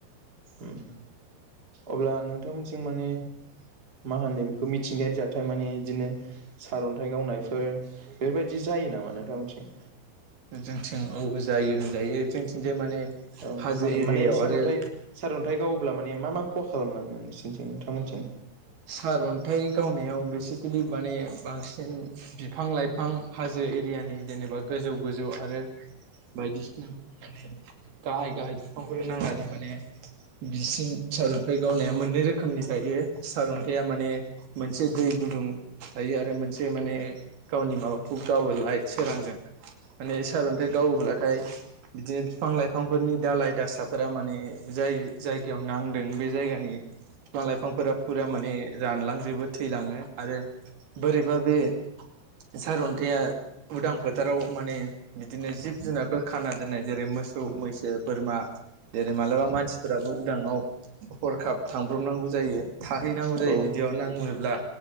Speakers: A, on the right; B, on the right.
A: ओम। अब्ला नोंथांमोनथिं माने मा होनो बेखौ मिथिंगायारि जाथाय माने बिदिनो सारन्थाइ गावनायफोर बेफोरबायदि जायो नामा नोंथांमोनथिं?
B: ओम जोंथिं औबो जायो होनजायो जोंथिंजाय माने
A: औ
B: हाजो
A: मान-माने
B: एरियायाव
A: सारअन्थाइ
B: आरो
A: सारअन्थाइ गाव ब्ला माने मा मा खहा खालामलाङो नोंसिनिथिं नोंथांमोनथिं?
B: सारअन्थाइ गावनायाव बेसिकेलि माने बांसिन बिफां लाइफां हाजो एरियानि जेनेबा गोजौ गोजौ आरो बायदिसिनाफोर माने गाहाय गाहाय बिफांफोर नांनानै माने बिसिम सारअन्थाइ गावनाया मोननै रोखोमनि थायो। सार अन्थाइया माने मोनसे दै गुदुं थायो आरो मोनसे माने गावनि माबाखौ गावो लाइट सोरांजों माने सार अन्थाइ गावोब्लाथाय बिदिनो बिफां लाइफांफोरनि दाालाय दासाफोरा माने जाय जायगायाव नांदों बे जायगानि बिफां लाइफांफोरा फुरा माने रानलांजोबो थैलाङो आरो बोरैबा बे सारअन्थाइया उदां फोथाराव माने बिदिनो जिब जुनारफोर खाना दोननाय जेरै मोसौ, मैसो, बोरमा जेरै मालाबा मानसिफोराबो उदाङाव हरखाब थांब्रबनांगौ जायो। थाहैनांगौ जायो
A: औ
B: बिदियाव नाङोब्ला